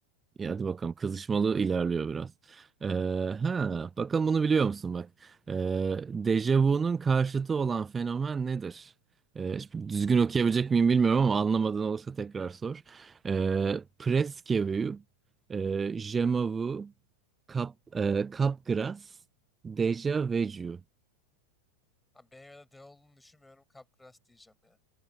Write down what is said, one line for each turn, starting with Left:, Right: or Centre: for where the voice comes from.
Right: İyi hadi bakalım. Kızışmalı ilerliyor biraz. Ee, ha, bakalım bunu biliyor musun bak. Ee, dejavu'nun karşıtı olan fenomen nedir? Ee, şimdi düzgün okuyabilecek miyim bilmiyorum ama anlamadığın olursa tekrar sor. Ee, presque vu, e, je m'avoue, cap, e, capgras, déjà vu.
Centre: Ha, B ya da D olduğunu düşünmüyorum. Capgras diyeceğim ya.